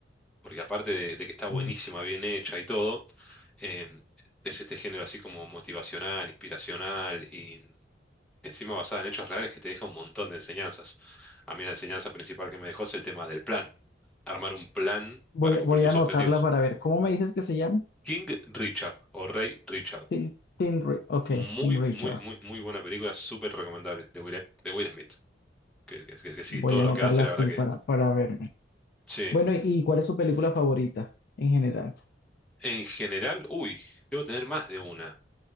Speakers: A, in the centre; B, on the left.
A: porque aparte de, de que está buenísima,
B: Uy.
A: bien hecha y todo, em, es este género así como motivacional, inspiracional y encima basada en hechos reales que te deja un montón de enseñanzas. A mí la enseñanza principal que me dejó es el tema del plan, armar un plan
B: Voy,
A: para cumplir
B: voy
A: tus
B: a anotarla
A: objetivos.
B: para ver. ¿Cómo me dices que se llama?
A: King Richard o Rey Richard.
B: Tin, Tin Ri- ok,
A: Muy,
B: King Richard.
A: muy, muy, muy buena película, súper recomendable de Will, de Will Smith. Que, que, que- que sí,
B: Voy
A: todo
B: a
A: lo
B: anotarla
A: que hace, la
B: aquí
A: verdad que
B: para, para verme.
A: sí.
B: Bueno, ¿y cuál es su película favorita en general?
A: En general, uy, debo tener más de una.